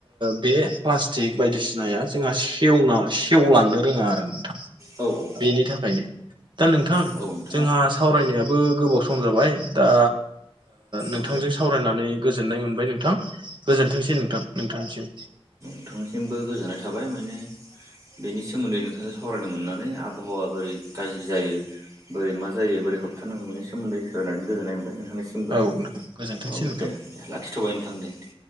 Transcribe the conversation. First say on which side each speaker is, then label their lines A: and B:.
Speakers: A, on the right; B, on the right.
A: बे प्लास्टिक बायदिसिनाया जोंहा सेवनाय। सेवलांनो रोङा आरो नोंथां
B: औ औ
A: बेनि थाखाय। बेखायनो दा नोंथां
B: औ नोंथां
A: जोंहा सावरायनायाबो गोबाव सम जाबाय दा। नोंथांजों
B: औ
A: सावरायनानै गोजोननाय मोनबाय नोंथां गोजोनथोंसै नोंथां नोंथांसिम।
B: दंसिमबो गोजोननाय थाबाय माने। बेनि सोमोन्दै नोंथांजों सावरायनो मोननानै आबहावा बोरै गाज्रि जायो। बोरै मा जायो बोरै होबथानांगौ बेनिोमोन्ै स रायनानै गोजोननाय मोनबाय नोंथांनिसिम। बो
A: औ नोंथां गोजोनथोंसै
B: औ
A: नोंथां
B: दे दे लाखिथ'बाय नोंथां दे दे।